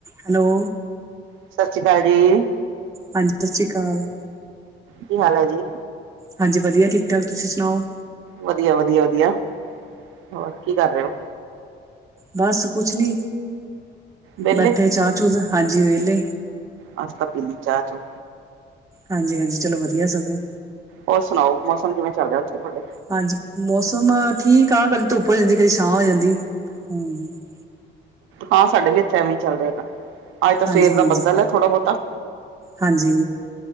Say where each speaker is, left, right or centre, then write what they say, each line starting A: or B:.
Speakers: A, on the right (about 15°); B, on the right (about 85°).
A: ਹੈਲੋ,
B: ਸਤਿ ਸ੍ਰੀ ਅਕਾਲ ਜੀ।
A: ਹਾਂਜੀ ਸਤਿ ਸ੍ਰੀ ਅਕਾਲ।
B: ਕੀ ਹਾਲ ਹੈ ਜੀ?
A: ਹਾਂਜੀ ਵਧੀਆ ਠੀਕ- ਠਾਕ, ਤੁਸੀਂ ਸੁਣਾਓ?
B: ਵਧੀਆ- ਵਧੀਆ, ਵਧੀਆ ਹੋਰ ਕੀ ਕਰ ਰਹੇ ਹੋ?
A: ਬਸ ਕੁਛ ਨੀ,
B: ਵਿਹਲੇ
A: ਬੈਠੇ ਚਾਹ ਚੂ ਦਾ ਹਾਂਜੀ ਵਿਹਲੇ।
B: ਆਸੀ ਤਾਂ ਪੀਲੀ ਚਾਹ- ਚੂ।
A: ਹਾਂਜੀ-ਹਾਂਜੀ। ਚਲੋ ਵਧੀਆ ਸਗੋਂ।
B: ਹੋਰ ਸੁਣਾਓ, ਮੌਸਮ ਕਿਵੇਂ ਚੱਲ ਰਿਹਾ ਅੱਜ ਕਲ ਥੋਡੇ?
A: ਹਾਂਜੀ ਮੌਸਮ ਠੀਕ ਆ। ਕਦੇ ਧੁੱਪ ਹੋ ਜਾਂਦੀਏ, ਕਦੀ ਛਾਂ ਹੋ ਜਾਂਦੀ ਏ।
B: ਹਾਂ ਸਾਡੇ ਵੀ ਇੱਥੇ ਐਵੇਂ ਚੱਲ ਰੇਆ ਗਾ। ਅੱਜ ਤਾਂ
A: ਹਾਂਜੀ
B: ਸਵੇਰ ਦਾ
A: ਹਾਂਜੀ
B: ਬੱਦਲ ਹੈ, ਥੋੜ੍ਹਾ ਬਹੁਤਾ।
A: ਹਾਂਜੀ